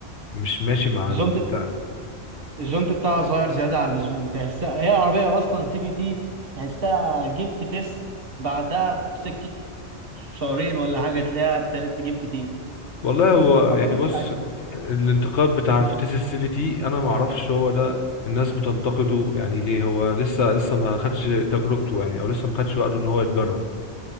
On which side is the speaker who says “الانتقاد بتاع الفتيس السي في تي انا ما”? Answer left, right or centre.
Left